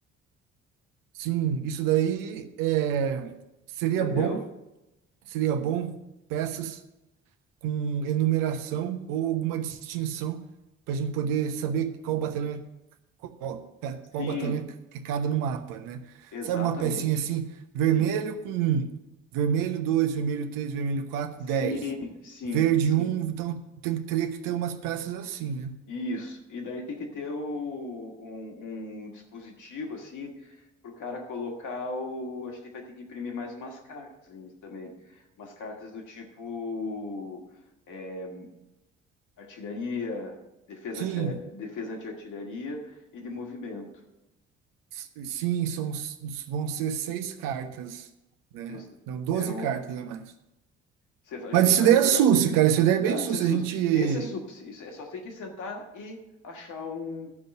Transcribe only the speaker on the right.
Sim, isso daí é, seria
bom, seria bom peças com enumeração ou alguma distinção para a gente poder saber qual batalhão é, qual, é- qual
batalhão é que cada no mapa, né?
Sabe uma pecinha assim, vermelho
com um, vermelho 2, vermelho 3, vermelho quatro,
10,
verde
um, então tem que teria que ter umas peças assim, né?
Sim,
s- sim, são, s- vão ser seis cartas, né?
Não, 12
cartas a mais.
Mas
isso daí é
susse, cara. Isso daí é
bem susse.
A gente.